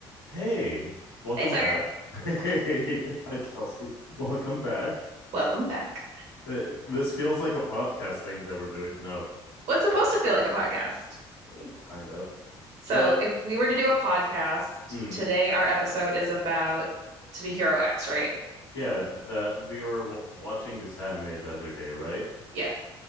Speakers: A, on the left (about 80°); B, on the right (about 60°).
A: Hey, welcome
B: Hey, Sagar.
A: back. <laughs> Hey, hi, Kelsey. Welcome back.
B: Welcome back.
A: Uh, This feels like a podcast thing that we're doing. No,
B: What's supposed to feel like a podcast?
A: I mean, kind of.
B: So,
A: But
B: if we were to do a podcast
A: mm,
B: today, our episode is about To Be Hero X, right?
A: yeah, th- that we were w watching this anime the other day, right?
B: Yeah.